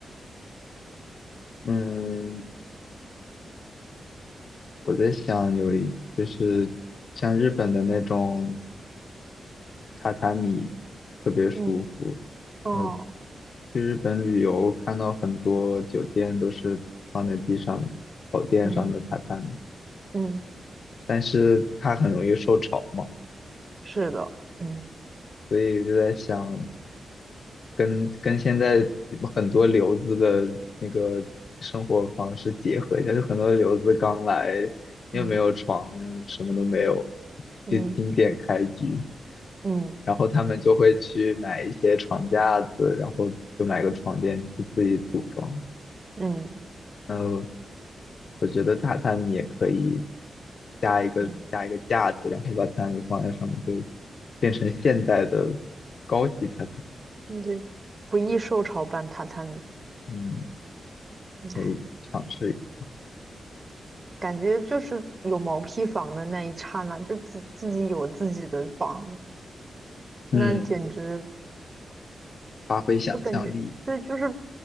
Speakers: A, on the left; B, on the right.
A: 嗯，我在想有一就是像日本的那种。榻榻米特别舒服。
B: 嗯，哦，
A: 嗯，去日本旅游看到很多酒店都是放在地上草垫上的榻榻米，
B: 嗯嗯。
A: 但是它很容易受潮嘛，
B: 是的，嗯
A: 所以就在想跟跟现在很多留子的那个生活方式结合一下，就很多留子刚来又没有床，
B: 嗯
A: 什么都没有，
B: 嗯
A: 就经典开局。
B: 嗯
A: 然后他们就会去买一些床架子，然后就买个床垫就自己组装。
B: 嗯嗯
A: 嗯，我觉得榻榻米也可以加一个加一个架子，
B: 嗯，
A: 然后把榻榻米放在上面，就变成现代的高级榻榻米。
B: 嗯对，不易受潮伴榻榻米，
A: 嗯，
B: 唉
A: 可以尝试一下。
B: 感觉就是有毛坯房的那一刹那，就自自己有自己的房，那简直，
A: 嗯，发挥想象力。
B: 我感觉对，就是